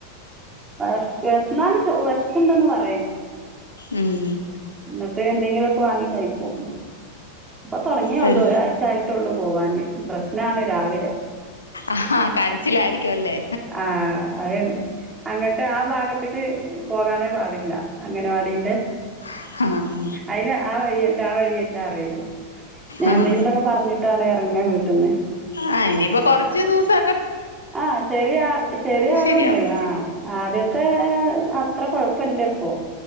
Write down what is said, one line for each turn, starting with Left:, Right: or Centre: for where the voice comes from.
Right: ആ വേശന്നല് വിശക്കുണ്ടന്ന് പറയും
Left: ഉം
Right: എന്നിട്ട് എന്തെങ്കിലുമൊക്കെ വാങ്ങി കഴിക്കും ഇപ്പൊ തുടങ്ങിയള്ളൂ
Left: പിൻ
Right: ഒരാഴ്ചായിട്ട് ട്ടൊള്ളൂ പോവാാന് പ്രശ്നാണ് രാവിലെ
Left: ആഹ് കരച്ചിലായിരിക്കും അല്ലേ
Right: ആ അത് അങ്ങട്ട് ആ ഭാഗത്തേക്ക് പോകാനേ പാടില്ല അങ്ങനെ ടീ
Left: ആഹ്
Right: അയിന് ആ വഴില്ല ആ വഴിയല്ല പറിയൂ ഞാൻ
Left: ആഹ്
Right: എന്തെങ്കിലുമൊക്കെ പറഞ്ഞിട്ടാണ് ഇറങ്ങ വീട്ട്ന്ന്
Left: ആഹ് ഇനിയിപ്പോ കൊറച്ചു ദിവസം
Right: ആഹ് ശരിയാ ശരിയാവണ്ട്
Left: ശരിയാവും
Right: ആ ആദ്യ ത്തെഅത്ര കുഴപ്പല്ലേ ഇപ്പൊ